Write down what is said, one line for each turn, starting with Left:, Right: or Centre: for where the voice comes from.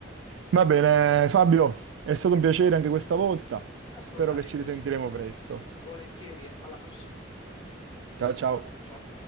Right: Va bene, Fabio, è stato un piacere anche questa volta.
Left: Assolutamente
Right: Spero che ci risentiremo
Left: sì.
Right: presto.
Left: Volentieri, alla prossima.
Right: Ciao, ciao.
Left: Ciao.